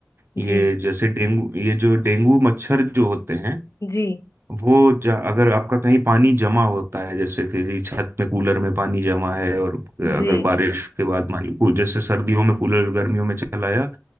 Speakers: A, on the right; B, on the left.
A: ये
B: जी
A: जैसे डेंगू ये जो डेंगू मच्छर जो होते हैं
B: जी
A: वो ज- अगर आपका कहीं पानी जमा होता है जैसे किसी छत में कूलर में पानी जमा है और अगर
B: जी
A: बारिश के बाद मान लो कू- जैसे सर्दियों में कूलर गर्मियों में चलाया